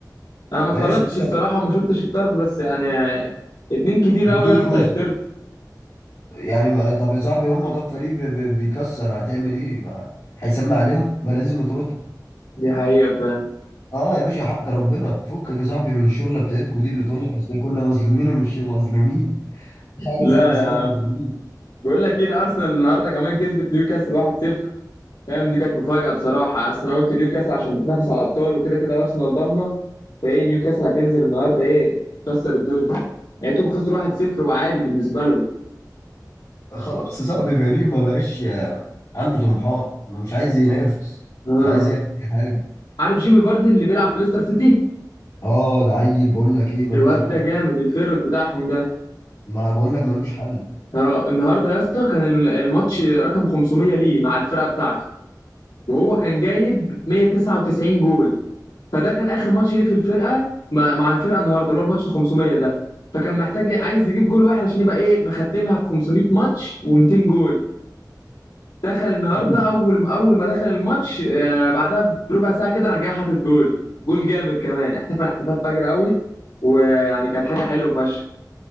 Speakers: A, on the left (about 80°); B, on the left (about 60°).
A: انا ما
B: ماشي
A: اتفرجتش
B: يا باشا
A: الصراحه وما شفتش الطرد بس يعني اتنين كتير
B: بتقول
A: قوي يا اسطى
B: كوسه
A: يتطرد
B: يعني ما- طب يا صاحبي هم طب فريق بي- بي- بيكسر هتعمل ايه ما هيسمع عليهم ما لازم يطردهم
A: دي حقيقه فاهم
B: اه يا باشا حق ربنا فكك يا صاحبي من الشغله بتاعتكوا دي اللي تقول لك اصل كنا مظلومين ومش مظلومين مفيش حاجه
A: لا
B: يا صاحبي اسمها مظلومين
A: بقول لك كده ارسنال النهارده كمان كسبت نيوكاسل 1-0 فاهم دي كانت مفاجاه بصراحه اصل انا قلت نيوكاسل عشان بتنافس على الابطال وكده كده ارسنال ضامنه فايه نيوكاسل هتنزل النهارده ايه تكسر الدنيا لقيتهم خسروا 1-0 وعادي بالنسبه لهم
B: خلاص يا صاحبي فريق ما بقاش آه، عنده طموحات ما مش عايز ينافس
A: اه
B: مش عايز يعمل اي حاجه
A: عارف جيمي فاردي اللي بيلعب في ليستر سيتي
B: اه ده عيل بقول لك ايه ملوش
A: الواد
B: حل
A: ده جامد الفيرود بتاعهم ده
B: ما بقول لك ملوش حل
A: اه النهارده يا اسطى كان ال- الماتش رقم 500 ليه مع الفرقه بتاعته وهو كان جايب 199 جول فده كان اخر ماتش ليه في الفرقه مع مع الفرقه النهارده اللي هو الماتش 500 ده فكان محتاج عايز يجيب جول واحد عشان يبقى ايه مختمها ب 500 ماتش و200 جول دخل النهارده
B: مم.
A: اول اول ما دخل الماتش آه، بعدها بربع ساعه كده راح جاي حاطط جول جول جامد كمان احتفل احتفال فجر قوي ويعني كانت حاجه حلوه فشخ